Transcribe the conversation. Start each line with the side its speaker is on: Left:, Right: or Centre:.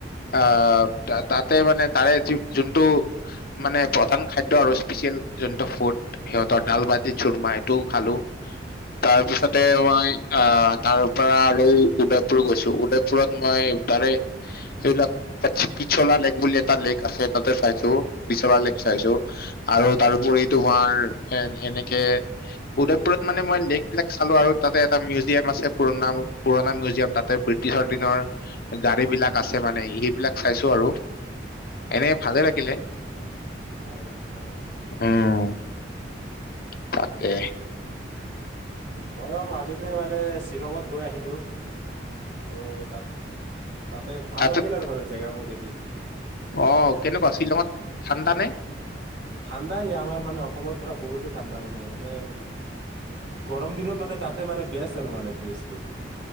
Left: আ তাতে মানে তাৰে যোনটো মানে প্ৰধান খাদ্য আৰু স্পেচিয়েল যোনটো ফুড সিহঁতৰ ভাতি চুৰমা এইটো খালো, তাৰ
Right: আচ্ছা
Left: পিছতে মই অ তাৰ পৰা আৰু উদয়পুৰত গৈছো। উদয়পুৰত মই তাৰে সেইবিলাক পিছলা লেক বুলি এটা লেক আছে তাতে চাইছো পিছলা লেক চাইছো। আৰু তাৰ উপৰি তোমাৰ এনেকে উদয়পুৰত মানে মই লেক বিলাক চালো আৰু তাতে এটা মিউজিয়াম আছে পুৰণা পুৰণা মিউজিয়াম তাতে পিচ দিনৰ গাড়ী বিলাক আছে মানে সেইবিলাক চাইছো আৰু।
Right: আচ্ছা
Left: এনে ভালে লাগিলে।
Right: ভাল ন?
Left: উম তাকে।
Right: মই উ মাজতে মানে শ্বিলঙত গৈ আহিলো। অ তাত তাতে ভাল
Left: তাৰপিছত
Right: লাগিল আৰু মানে জেগাবোৰ দেখি।
Left: অ কেনেকুৱা শ্বিলঙত ঠাণ্ডা নে?
Right: ঠাণ্ডাই আমাৰ মানে অসমত ধৰা বহুতেই ঠাণ্ডা মানে মানে। গৰম দিনত মানে তাতে মানে বেছ আৰু মানে প্লেচ।